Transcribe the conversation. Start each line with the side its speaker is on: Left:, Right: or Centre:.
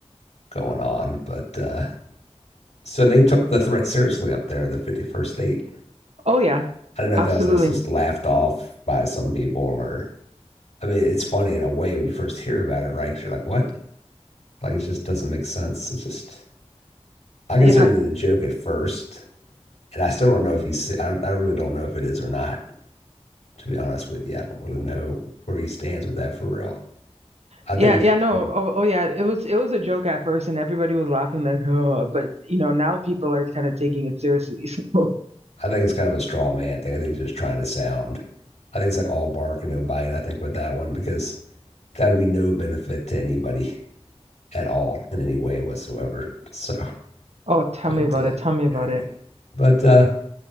Left: going on. But uh, so they took the threat seriously up there, the 51st state.
Right: oh yeah
Left: I don't know if
Right: absolutely
Left: that was like just laughed off by some people or I mean, it's funny in a way when you first hear about it, right? 'Cause you're like, what? Like, it just doesn't make sense. It's just, I considered
Right: yeah
Left: it a joke at first, and I still don't know if he's, se- I, I really don't know if it is or not, to be honest with you. I don't really know where he stands with that for real. I
Right: yeah
Left: think it's
Right: yeah
Left: just,
Right: no
Left: a,
Right: oh, oh yeah it was it was a joke at first and everybody was laughing like oh but you know now people are kind of taking it seriously <laughs> so
Left: I think it's kind of a straw man thing. I think he's just trying to sound, I think it's like all bark and no bite, I think, with that one, because that would be no benefit to anybody at all in any way whatsoever. So,
Right: oh tell
Left: but,
Right: me about
Left: uh,
Right: it tell me about
Left: all right.
Right: it
Left: but uh,